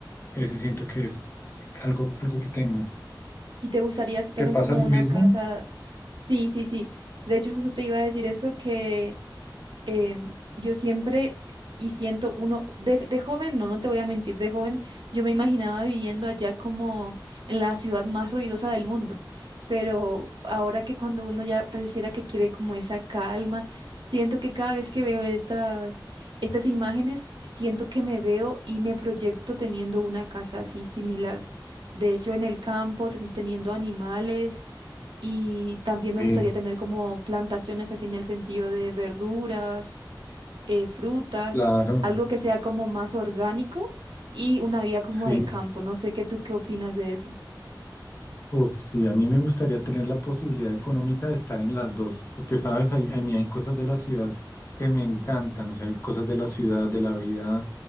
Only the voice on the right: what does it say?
sí.
¿Y te gustaría así también
como
una
casa? Sí, sí, sí. De hecho, justo te iba a decir eso que em, yo siempre y siento uno, de, de joven, no, no te voy a mentir, de joven yo me imaginaba viviendo allá como en la ciudad más ruidosa del mundo, pero ahora que cuando uno ya pareciera que quiere como esa calma, siento que cada vez que veo estas, estas imágenes, siento que me veo y me proyecto teniendo una casa así similar. De hecho, en el campo, ten- teniendo animales. Y también me
gustaría tener como plantaciones así en el sentido de verduras eh, frutas,
algo que sea como más orgánico y una vida como
de campo. No sé qué tú qué opinas de eso.